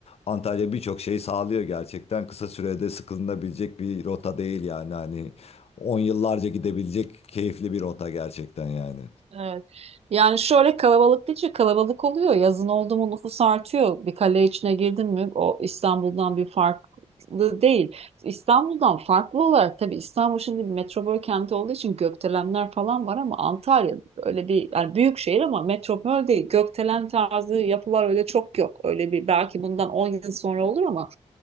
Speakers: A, on the left; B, on the right.
A: Antalya birçok şey sağlıyor gerçekten kısa sürede sıkılınabilecek bir rota değil yani hani 10 yıllarca gidebilecek keyifli bir rota gerçekten yani.
B: Evet. Yani şöyle kalabalık deyince kalabalık oluyor. Yazın oldu mu nüfus artıyor. Bir kale içine girdin mi o İstanbul'dan bir farklı değil. İstanbul'dan farklı olarak tabii İstanbul şimdi bir metropol kenti olduğu için gökdelenler falan var ama Antalya öyle bir yani büyük şehir ama metropol değil. Gökdelen tarzı yapılar öyle çok yok. Öyle bir belki bundan 10 yıl sonra olur ama